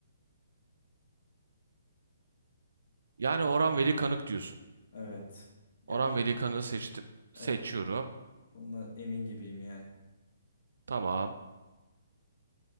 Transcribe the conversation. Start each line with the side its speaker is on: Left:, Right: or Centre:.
Right: Yani Orhan Veli Kanık diyorsun.
Left: Evet. Ya
Right: Orhan
Left: bunu
Right: Veli Kanık'ı seçtim.
Left: evet
Right: Seçiyorum.
Left: bundan emin gibiyim yani.
Right: Tamam.